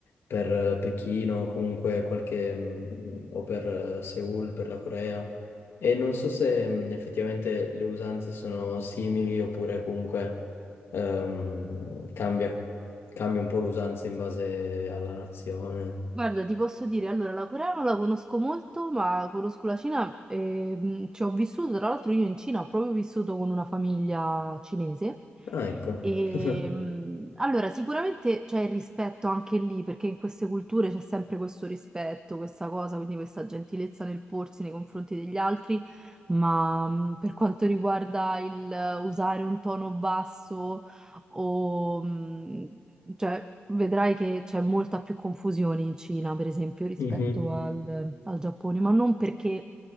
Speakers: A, on the left; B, on the right.
A: per eh, Pechino o comunque qualche, mh, o per eh, Seoul, per la Corea, e non so se mh, effettivamente le usanze sono simili oppure comunque ehm, cambia, cambia un po' l'usanza in base alla nazione.
B: Guarda, ti posso dire, allora la Corea non la conosco molto, ma conosco la Cina e mh, ci ho vissuto, tra l'altro io in Cina ho proprio vissuto con una famiglia cinese.
A: Ah, ecco.
B: E
A: <laughs>
B: mh, allora sicuramente c'è il rispetto anche lì, perché in queste culture c'è sempre questo rispetto, questa cosa, quindi questa gentilezza nel porsi nei confronti degli altri, ma mh, per quanto riguarda il eh, usare un tono basso o mh, cioè, vedrai che c'è molta più confusione in Cina, per esempio, rispetto
A: Mhm.
B: al, al Giappone, ma non perché